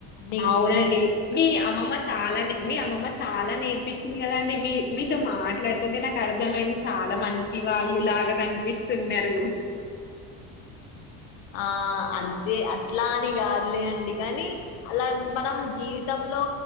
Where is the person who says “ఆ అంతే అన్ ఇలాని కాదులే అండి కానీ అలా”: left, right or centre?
Left